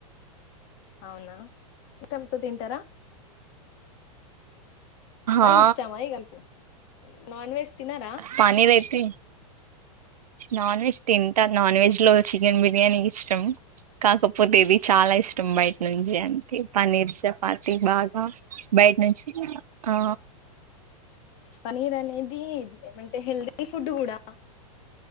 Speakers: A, on the left (about 55°); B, on the right (about 80°).
A: అవునా ఇట్టమ్తో తింటారా పల్లి
B: ఆ
A: ఇష్టమై గల్పు నాన్ వెజ్ తినన్
B: ఫణి వెయిటింగ్ నాన్ వెజ్ తింటా నాన్ వెజ్లో చికెన్ బిర్యానీ ఇష్టం. కాకపోతే ఇవి చాలా ఇష్టం బయట నుంచి అంటే పన్నీర్ చపాతి బాగా బయట నుంచి ఆ
A: పన్నీర్ అనేది ఏమంటే హెల్దీ ఫుడ్ కూడా